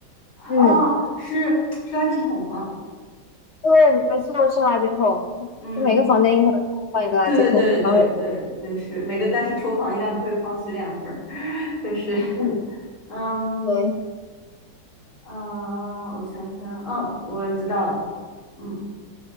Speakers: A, on the left; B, on the left.
A: 嗯，
B: 哦，是是垃圾桶吗？
A: 对，没错，是垃圾桶，
B: 嗯，
A: 就每个房间你可能都会放一个垃圾桶，
B: 对对对对对，
A: 然后
B: 是每个，但是厨房应该不会放洗脸盆儿，<laughs> 就是，
A: 嗯。
B: 嗯
A: 对，
B: 啊、我想想，嗯，我知道了，嗯，